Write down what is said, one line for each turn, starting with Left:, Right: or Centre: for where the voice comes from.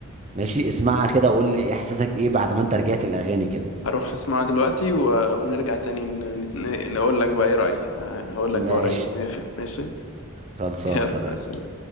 Right: ماشي اسمعها كده وقول لي احساسك ايه بعد ما انت رجعت الاغاني كده
Left: هروح اسمعها دلوقتي و... ونرجع تاني ن... نت- نقول لك بقى ايه رأيي آه، هقول لك
Right: ماشي
Left: بقى رأيي ماشي ماشي؟
Right: خلصانه
Left: يلا
Right: سلام
Left: سلام